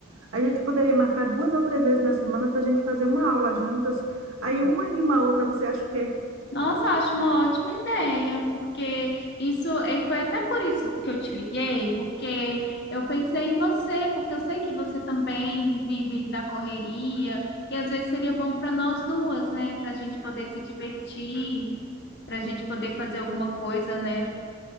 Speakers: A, on the right (about 75°); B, on the left (about 50°).
A: A gente poderia marcar duas ou três vezes na semana pra gente fazer uma aula juntas. Aí uma anima a outra, você acha o quê?
B: Nossa, acho uma ótima ideia, porque isso, e foi até por isso que eu te liguei, porque eu pensei em você, porque eu sei que você também vive na correria, e às vezes seria bom para nós duas, né? Para a gente poder se divertir, para a gente poder fazer alguma coisa, né?